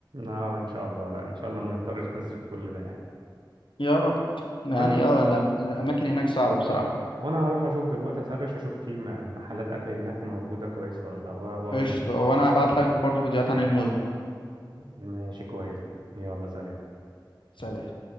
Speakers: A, on the right; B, on the left.
A: اه ان شاء الله لا ان شاء الله ما نضطرش نصرف كل ده يعني
B: يا رب يعني
A: وانا آه.
B: اه الأم- الاماكن هناك صعبه بصراحه
A: وانا هروح اشوف دلوقتي اسرش اشوف في م- محلات اكل هناك موجودة كويسة ولا لا و- واقول
B: قشطه
A: لك
B: وانا هبعت لك برضو فيديوهات عن المول ده
A: ماشي كويس جدا يلا سلام
B: سلام